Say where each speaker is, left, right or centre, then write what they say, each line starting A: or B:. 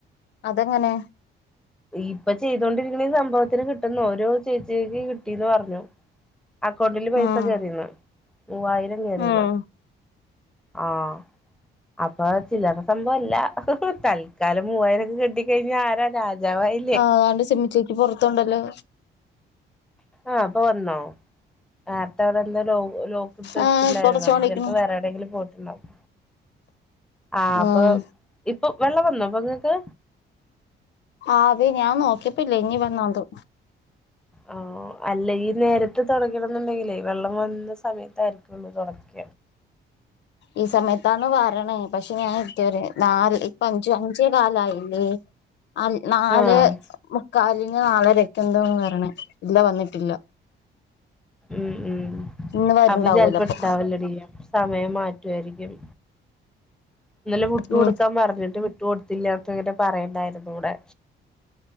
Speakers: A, on the left; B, in the centre.
A: അതെങ്ങനെ
B: ഇപ്പൊ ചെയ്തോണ്ടിരിക്കണ ഈ സംഭവത്തിന് കിട്ടന്ന ഓരോ ചേച്ചിക്ക് കിട്ടീന്ന് പർഞ്ഞു. അക്കൗണ്ടില് പൈസ
A: ഉം
B: കേയറീന്ന് മൂവായിരം കേറീന്ന്.
A: ഉം
B: ആഹ് അപ്പൊ ചില്ലറ സംഭവല്ല. തൽക്കാലം മൂവായിരൊക്കെ കിട്ടി ക്കഴിഞ്ഞ ആരാ രാജാവായി
A: ആഹ് ആണ്ട് സിമിച്ചേച്ചി പോർത്ത്ണ്ടല്ലേ.
B: ആഹ് അപ്പൊ വന്നോ നേരത്തെ അവടെല്ല ലോ ലോക്ക് ട്ട്ട്ട്
A: ആഹ്
B: ല്ലായ്രുന്നോ
A: തുടച്ചോണ്ടിരിക്കണു
B: അപ്പോ ചെൽപ്പോ വേറെവടെങ്കിലും പോയിട്ട്ണ്ടാവും. ആഹ് അപ്പൊ
A: ഉം
B: ഇപ്പൊ വെള്ളം വന്നോ പ്പങ്ങക്ക്.
A: ആഹ് അതേ ഞാൻ നോക്ക്യപ്പല്ല ഇഞ് വന്നാന്തോ
B: ആഹ് അല്ല ഈ നേരത്ത് തൊടക്കണന്ന്ണ്ടെങ്കിലെ വെള്ളം വന്ന സമയത്തായിരിക്കള്ളൂ തൊടക്ക
A: ഈ സമയത്താണ് വരണ് പക്ഷെ ഞാൻ ഇത് വരെ നാല് ഇപ്പ അഞ്ചു അഞ്ചേ കാലായില്ലേ അഹ് നാല്
B: ആഹ്
A: മുക്കാലിനോ നാലരക്കെന്തോന്ന് വരണേ ഇല്ല വന്ന്ട്ടില്ല.
B: ഉം ഉം
A: ഇന്ന് വരുണ്ടാവൂല
B: അപ്പ ചെല് പ്പണ്ടാവലടീ
A: അപ്പൊ
B: സമയം മാ റ്റ്വൊയിരിക്കും ഇന്നലെ വ്ട്ട് കൊടുക്കാൻ
A: ഉം
B: പർഞ്ഞിട്ട് വ് ട്ട് കൊട്ത്തില്ലത്തങ്ങനെ പറയണ്ടായിര്ന്നൂടെ